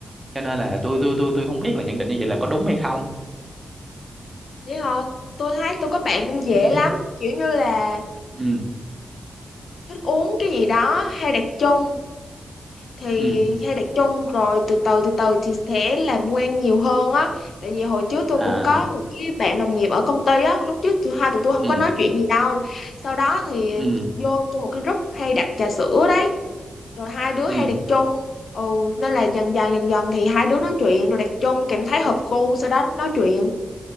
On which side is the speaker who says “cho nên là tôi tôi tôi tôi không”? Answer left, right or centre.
Right